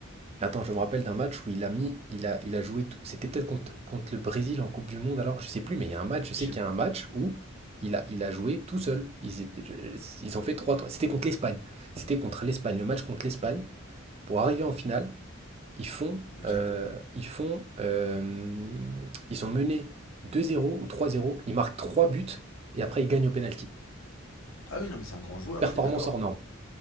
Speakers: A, on the right; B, on the left.
A: Attends, je me rappelle d'un match où il a mis, il a, il a joué, t- c'était peut-être contre, contre le Brésil en Coupe du Monde, alors je sais plus, mais il y a un match, je
B: Je
A: sais
B: sais
A: qu'il
B: plus,
A: y a un match où il a, il a joué tout seul. Ils, étaient- je- ils ont fait trois trois. C'était contre l'Espagne. C'était contre l'Espagne, le match contre l'Espagne. Pour arriver en finale, ils font,
B: ok.
A: euh, ils font, euh, ils sont menés deux zéro ou trois zéro. Ils marquent 3 buts et après ils gagnent au pénalty.
B: Ah oui, non, mais c'est un grand joueur,
A: Performance
B: je suis d'accord.
A: hors norme.